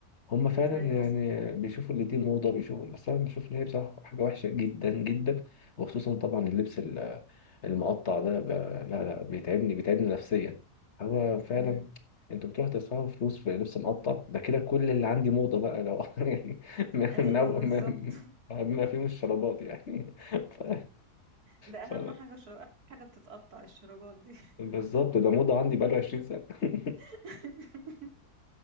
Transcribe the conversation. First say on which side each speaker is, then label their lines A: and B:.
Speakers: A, on the left; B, on the right.
A: هما فعلا
B: ايوه
A: يعني
B: صح
A: بيشوفوا اللي دي موضة بيشوفوا بس أنا بشوف إن هي بصراحة حاجة وحشة جدا جدا وخصوصا طبعا اللبس ال- المقطع ده ب- لا لا بيتعبني بيتعبني نفسيا هو فعلا
B: امم
A: انتوا بتروح تدفعوا فلوس في لبس مقطع ده كده كل اللي عندي موضة بقى لو <laughs> يعني
B: ايوه
A: من أول
B: بالظبط
A: ما
B: <laughs>
A: ما فيهم الشرابات يعني <laughs> ف...
B: ده
A: ف...
B: اهم حاجة شراب أهم حاجة بتتقطع الشرابات دي
A: بالظبط ده موضة عندي بقاله 20 سنة <laughs>
B: <laughs>